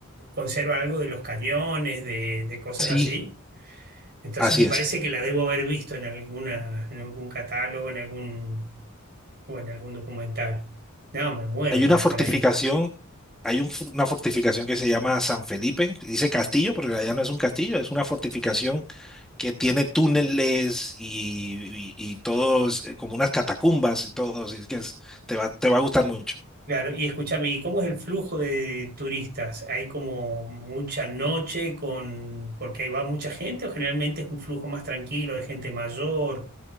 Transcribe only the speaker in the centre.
Sí,
así
es.
Hay
una
fortificación,
hay un- una fortificación que se llama San Felipe, dice castillo, pero en realidad no es un castillo, es una fortificación que tiene túneles y, y- y todos, eh, como unas catacumbas y todo, así es que es- te va, te va a gustar mucho.